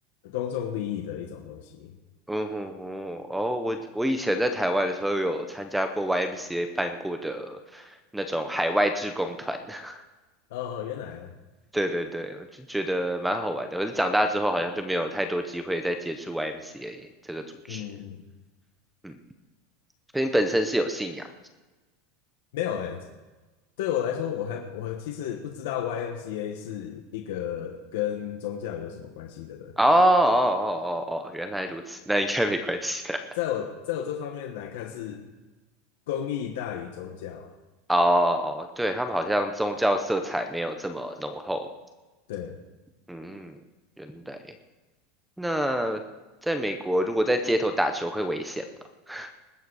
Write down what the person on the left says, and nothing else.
公众利益的一种东西。
哦，哦原来，
嗯，嗯
没有哎、对我来说，我还我其实不知道 YMCA 是一个跟宗教有什么关系的呢？
在我在我这方面来看，
是公益大于宗教啊。
对，